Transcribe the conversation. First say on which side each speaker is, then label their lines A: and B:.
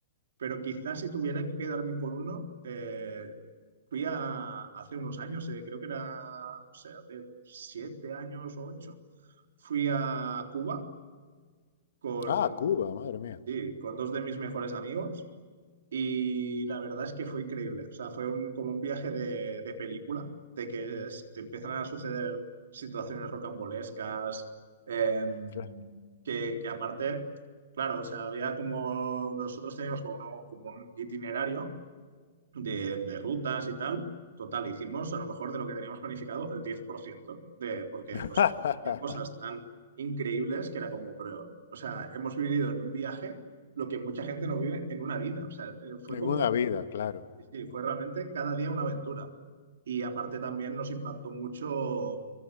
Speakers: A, on the right (about 70°); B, on the left (about 80°).
A: Pero quizás si tuviera que quedarme con uno, eh, fui a, hace unos años, eh, creo que era, no sé, hace siete años o ocho, fui a Cuba con,
B: Ah, Cuba, madre mía.
A: sí, con dos de mis mejores amigos y la verdad es que fue increíble. O sea, fue un- como un viaje de, de película, de que es- te empiezan a suceder situaciones rocambolescas, em,
B: Claro.
A: que, que aparte, claro, o sea, había como, nosotros teníamos como, un- como un itinerario de, de rutas y tal. Total, hicimos a lo mejor de lo que teníamos planificado el 10% de, porque
B: <laughs>
A: nos ocurrían cosas tan increíbles que era como, pero, o sea, hemos vivido en un viaje lo que mucha gente no vive en una vida. O sea, eh, fue
B: En
A: como
B: una vida, claro.
A: Sí, sí, fue realmente cada día una aventura. Y aparte también nos impactó mucho